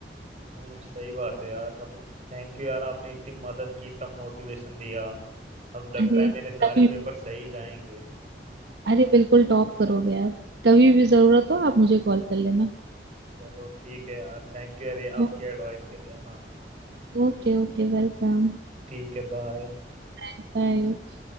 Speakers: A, on the right; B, on the right.
A: हम्म सही बात है यार मतलब थैंक यू यार आपने इतनी मदद की इतना मोटिवेशन दिया अब लगता
B: अरे
A: है मेरे सारे
B: तभी
A: पेपर सही जाएंगे
B: अरे बिल्कुल टॉप करोगे आप कभी भी जरूरत हो आप मुझे कॉल कर लेना
A: चलो ठीक है यार थैंक यू यार ये आपके
B: ओ,
A: एडवाइस के लिए ना
B: ओके ओके वेलकम
A: ठीक है बाय
B: बाय